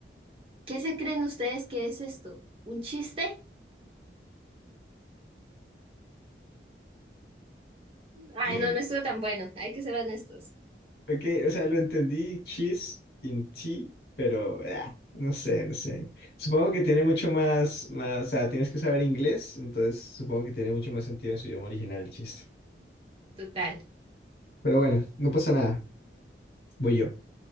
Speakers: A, on the right (about 30°); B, on the left (about 65°).
A: ¿Qué se creen ustedes que es esto? ¿Un chiste? Ay,
B: <laughs>
A: no, no estuvo tan bueno. Hay que ser honestos.
B: Ok, o sea, lo entendí cheese in tea, pero ah, no sé, no sé. Supongo que tiene mucho más, más, o sea, tienes que saber inglés, entonces supongo que tiene mucho más sentido en su idioma original el chiste.
A: Total.
B: Pero bueno, no pasa nada, voy yo.